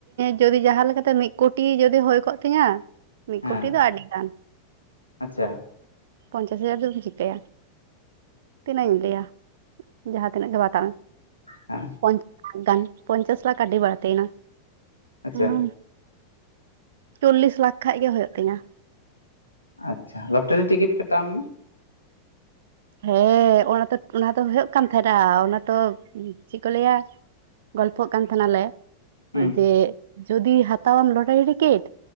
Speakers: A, on the right (about 55°); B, on the left (about 80°).
A: ᱡᱩᱫᱤ ᱡᱟᱦᱟᱸ ᱞᱮᱠᱟᱛᱮ ᱢᱤᱫ ᱠᱳᱴᱤ ᱡᱚᱫᱤ ᱦᱩᱭ ᱠᱚᱜ ᱛᱤᱧᱟᱹ ᱢᱤᱫᱠᱩᱴᱤ
B: ᱦᱮᱸ
A: ᱫᱚ ᱟᱹᱰᱤᱲ ᱜᱟᱱ
B: ᱟᱪᱪᱷᱟ
A: ᱯᱚᱧᱪᱟᱥ ᱦᱟᱡᱟᱨ ᱫᱚ ᱪᱤᱠᱟᱭᱭᱟ ᱛᱤᱱᱟᱹᱜ ᱤᱧ ᱞᱟᱹᱭᱟ ᱡᱟᱦᱟᱸ ᱛᱤᱱᱟᱹᱜ ᱜᱮ ᱵᱟᱛᱟᱣ ᱢᱮ
B: ᱦᱮᱸ
A: ᱯᱪ <unintelligible> ᱜᱟᱱ ᱯᱚᱪᱟᱥ ᱞᱟᱠᱷ ᱟᱹᱰᱤᱰᱤ ᱵᱟᱟᱹᱲᱛᱮᱱᱟ
B: ᱟᱪᱪᱷᱟ
A: ᱦ <unintelligible> ᱪᱚᱞᱞᱤᱥ ᱞᱟᱠᱷ ᱠᱷᱟᱱ ᱜᱮ ᱦᱩᱭᱩᱜ ᱛᱤᱧᱟᱹ
B: ᱟᱪᱪᱷᱟ ᱞᱚᱴᱟᱨᱤ ᱴᱤᱠᱤᱴ ᱠᱟᱴᱟᱣ ᱢᱮ
A: ᱦᱮᱸ ᱚᱱᱟ ᱚᱱᱟ ᱫᱚ ᱦᱩᱭᱩᱜ ᱠᱟᱱ ᱛᱟᱦᱮᱱᱟ ᱚᱱᱟ ᱛᱚ ᱪᱮᱫ ᱠᱚ ᱞᱟᱹᱭᱟ? ᱜᱚᱞᱯᱚᱜ ᱠᱟᱱ ᱛᱟᱦᱮᱱᱟᱞᱮ
B: ᱦᱩᱸ
A: ᱡᱮ ᱡᱩᱫᱤ ᱦᱟᱛᱟᱟᱣᱢ ᱞᱟᱴ ᱨᱮ ᱴᱤᱠᱤᱴ